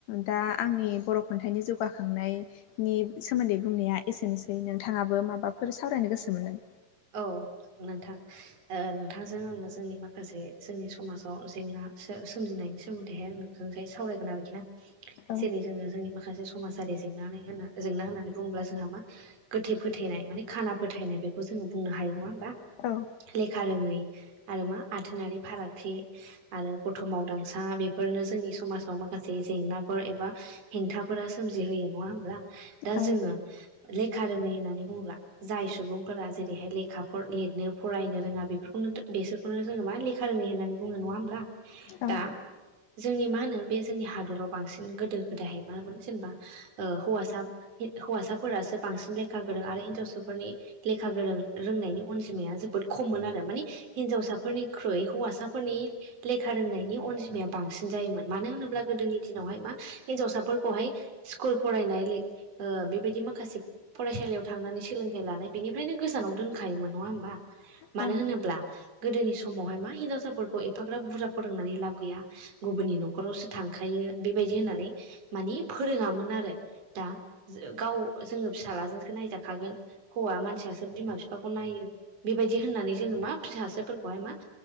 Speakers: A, on the left; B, on the right.
A: दा आंनि बर' खन्थाइनि जौ जौगाखांनायनि सोमोन्दै बुंनाया एसेनोसै। नोंथांङाबो माबाफोर सावरायनो गोसो मोन नों
B: औ नोंथां ओ नोंथांजों आंङो जोंनि माखासे जोंनि समाजाव जेंना सो-सोमजिनायनि सोमोन्दैहाय आं। जों सावरायगोन आरोखि ना
A: औ
B: जेरै जोंङो जोंनि। माखासे समाजारि जेंना जेंना होननानै बुङोब्ला जोंहा मा गोथे फोथायनाय माने। खाना फोथायनाय बेखौ जोंङो बुंनो हायो नङा होमबा।
A: औ।
B: लेखा रोङै आरो मा आथोनारि फारागथि। आरो गथ' मावदांसा बेफोरनो जोंनि समाजाव माखासे जेंनाफोर एबा। हेंथाफोरा सोमजिहोयो नङा होमब्ला दा
A: औ
B: जोंङो लेखा रोङै होननानै बुङोब्ला। जाय सुबुंफोरा जेरैहाय लेखाफोर लिरनो फरायनो रोंङा बेफोरखौनो बेसोर। बेखौनो जोंङो मा लेखा रोंङै होननानै बुंङो नङा होमब्ला
A: औ
B: दा। जोंनि मा होनो बे जोंनि हादराव बांसिन गोदो गोदायहाय मामोन जेनेबा। ओ हौवासा हौवासाफोरासो बांसिन लेखा गोरों आरो हिनजाव। गथ फोरनि लेखा गोरों रोंनायनि अनजिमाया जोबोद खममोन आरो मानि। हिनजावसाफोरनिख्रुइ हौवासाफोरनि। लेखा रोंनायनि अनजिमाया बांसिन जायोमोन मानो होनोब्ला गोदोनि दिनावहाय मा हिनजावसाफोरखौहाय। स्कुल फरायनाय ले ओ बेबायदि माखासे फरायसालियाव थांनानै सोलों लानाय बेनिफ्रायनो गोजानाव दोनखायोमोन नङा होमबा मानो
A: औ
B: होनोब्ला। गोदोनि समावहाय मा हिनजावसाफोरखौ एफाग्राब बुरजा फोरोंनानै लाब गैया। गुबुननि न'खरावसो थांखायो बेबायदि होननानै मानि फोरोंङामोन आरो। दा गाव जोङो फिसाज्लाजोंसो नायजाखागोन हौवा मानसियासो बिमा बिफाखौ नायो बेबायदि होननानै जोङो मा फिसाजोफोरखौहाय मा